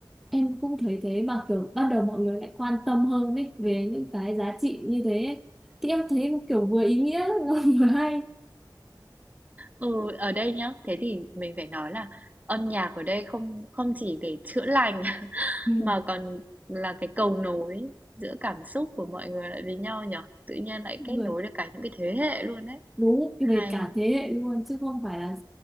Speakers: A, in the centre; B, on the right.
A: em cũng thấy thế mà kiểu ban đầu mọi người lại quan tâm hơn ấy về những cái giá trị như thế ấy. Thì em thấy kiểu vừa ý nghĩa <laughs> vừa hay
B: ừ ở đây nhá thế thì mình phải nói là âm nhạc ở đây không không chỉ để chữa lành
A: ừ.
B: Mà còn là cái cầu nối giữa cảm xúc của mọi người lại với nhau nhở Tự nhiên lại kết
A: vừa
B: nối được cả những cái thế hệ luôn đấy.
A: đúng
B: Hay,
A: về cả thế hệ luôn chứ không phải là